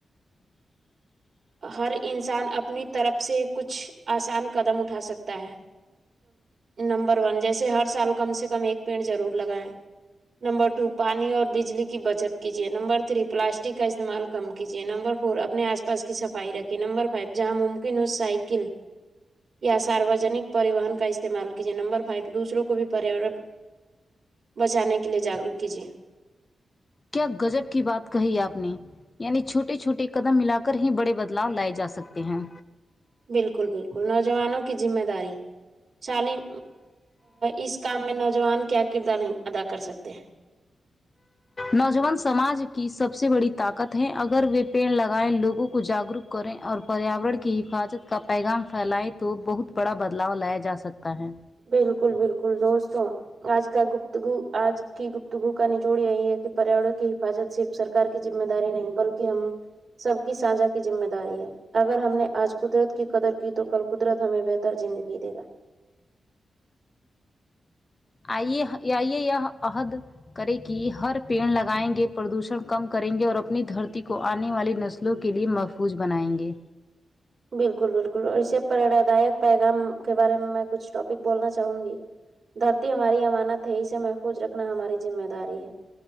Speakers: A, on the left (about 40°); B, on the right (about 60°).
A: <unintelligible>
B: ہر انسان اپنی طرف سے کچھ آسان قدم اٹھا سکتا ہے نمبر ون جیسے ہر سال کم سے کم ایک پیڑ ضرور لگائیں نمبر ٹو پانی اور بجلی کی بچت کیجیے نمبر تھری پلاسٹک کا استعمال کم کیجے نمبر فور اپنے آس پاس کی صفائی رکھے نمبر فائیو جہاں ممکن ہو سائیکل یا ساروجنک پریوہن کا استعمال کیجیے نمبر فائیو دوسروں کو بھی پریو ہن بچانے کے لیے جاگروک کیجیے
A: کیا گجب کی بات کہی آپ نے یعنی چھوٹے چھوٹے قدم ملا کر ہی بڑے بدلاؤ لائے جا سکتے ہیں
B: بالکل بالکل نوجوانوں کی ذمہ داری تالم اس کام میں نوجوان کیا کردار ادا کر سکتے ہیں
A: نوجوان سماج کی سب سے بڑی طاقت ہے اگر وہ پیڑ لگائےیں لوگوں کو جاگروک کریں اور پریاورن کی حفاظت کا پیغام پھیلائیں تو بہت بڑا بدلاؤ لایا جا سکتا ہے
B: بالکل بالکل دوستوں آج کا گپت گ آج کی گپت توگوک <unintelligible> نچوڑ یہی ہے کہ پریاورن کی حفاظت صرف سرار کی ذمہ داری نہیں بلکہ ہم سب کی ساجھا کی ذمہ داری ہے اگر ہم نے آج قدرت کی قدر کی تو کل قدرت ہمیں بہتر زندگی دے گا
A: آئیے آئی یہ عہد کریں کہ ہر پیڑ لگائیں گے پردوشن کم کریں گے اور اپنی دھرتی کو آنے والی نسلوں کے لیے محفوظ بنائیں گے
B: بالکل بالکل اور اسے پریڑا داک پیغام کے بارے میں میں کچھ ٹاپک بولنا چاہوں گی دھرتی ہماری امانت ہے اسے محفوظ رکھنا ہماری ذمہ داری ہے